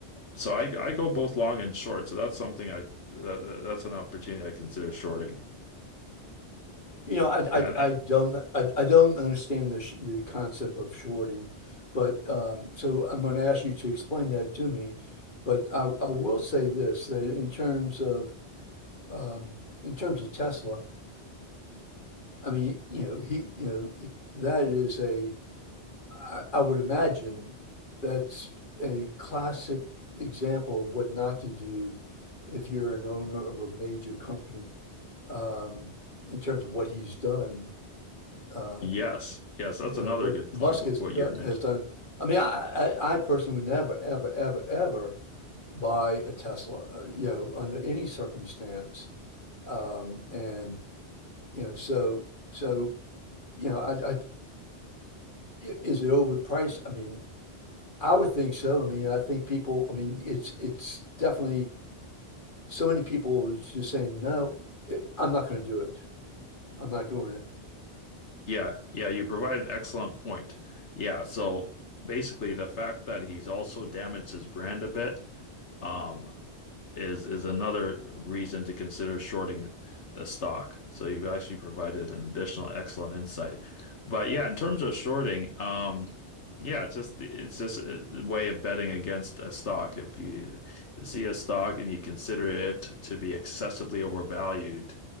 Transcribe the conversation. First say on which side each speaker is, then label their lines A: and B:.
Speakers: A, on the left (about 85°); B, on the left (about 45°).
A: so I I go both long and short. So that's something I that, that's an opportunity I consider shorting.
B: You know, I
A: Yeah,
B: I,
A: and,
B: I
A: uh,
B: don't I, I don't understand the sh the concept of shorting, but um, so I'm going to ask you to explain that to me. But I, I will say this, that in terms of Um, in terms of Tesla, I mean, you know, he, you know, it, that is a, I, I would imagine that's a classic example of what not to do if you're an owner of a major company. Um, in terms of what he's done, um,
A: yes, yes, that's
B: uh,
A: another
B: what
A: good
B: Musk
A: point. What,
B: has, do-
A: what you're meant.
B: has done. I mean, I, I, I personally would never, ever, ever, ever buy a Tesla, uh, you know, under any circumstance. Um, and You know, so so you know, I, I is it overpriced? I mean, I would think so. I mean, I think people. I mean, it's it's definitely so many people is just saying no. eh, I'm not going to do it. I'm not going it.
A: Yeah, yeah, you provide an excellent point. Yeah, so basically the fact that he's also damaged his brand a bit, um, is is another reason to consider shorting the stock. So you've actually provided an additional excellent insight. But yeah, in terms of shorting, um, yeah, it's just it's just a way of betting against a stock. If you see a stock and you consider it to be excessively overvalued,